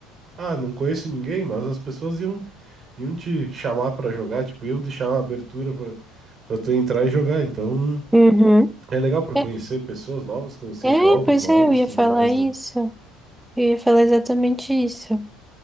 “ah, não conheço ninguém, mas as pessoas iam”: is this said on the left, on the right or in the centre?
Right